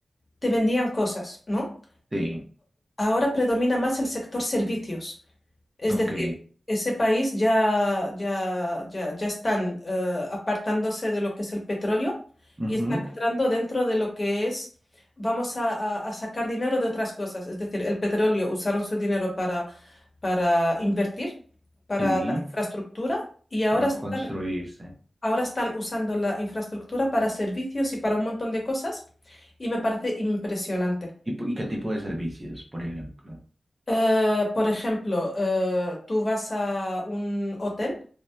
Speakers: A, on the left (about 40°); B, on the right (about 30°).
A: te vendían cosas, ¿no?
B: Sí,
A: Ahora predomina más el sector servicios. Es
B: ok.
A: decir, ese país ya, ya, ya, ya están eh, apartándose de lo que es el petróleo
B: ujú,
A: y están entrando dentro de lo que es, vamos a, a- a sacar dinero de otras cosas. Es decir, el petróleo usaron su dinero para, para invertir, para
B: Sí,
A: la infraestructura y ahora
B: para
A: están,
B: construirse.
A: ahora están usando la infraestructura para servicios y para un montón de cosas y me parece impresionante.
B: ¿Y, po- y qué tipo de servicios, por ejemplo?
A: Eh, por ejemplo, eh, tú vas a un hotel.